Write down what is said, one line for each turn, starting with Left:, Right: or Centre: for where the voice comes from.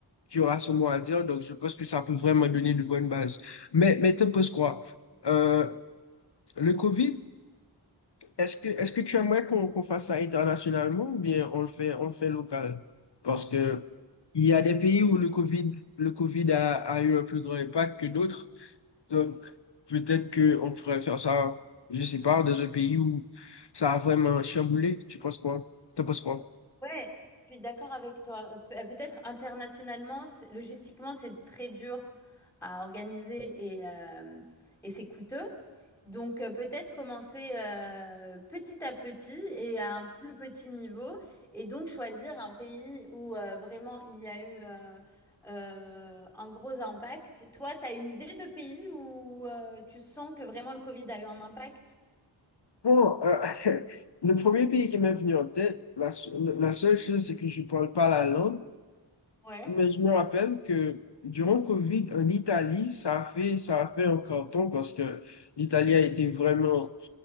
Left: qui aura son mot à dire. Donc, je pense que ça peut vraiment donner de bonnes bases. Mais, mais tu penses quoi? Euh, le Covid, Est-ce que, est-ce que tu aimerais qu'on qu'on fasse ça internationalement ou bien on le fait, on le fait local? Parce que il y a des pays où le COVID, le COVID a, a eu un plus grand impact que d'autres. Donc, peut-être qu'on pourrait faire ça, je sais pas, dans un pays où ça a vraiment chamboulé. Tu penses quoi? T'en penses quoi?
Centre: Ouais, je suis d'accord avec toi. Pe- euh, Peut-être internationalement, c'est- logistiquement, c'est très dur à organiser et, euh, et c'est coûteux. Donc euh, peut-être commencer euh, petit à petit et à un plus petit niveau et donc choisir un pays où euh, vraiment il y a eu euh, euh, un gros impact. Toi, tu as une idée de pays où euh, tu sens que vraiment le Covid a eu un impact?
Left: Bon, euh, <laughs> le premier pays qui m'est venu en tête, la, se- la seule chose, c'est que je parle pas la langue.
Centre: Ouais.
Left: Mais je me rappelle que durant Covid, en Italie, ça a fait, ça a fait un carton parce que l'Italie a été vraiment.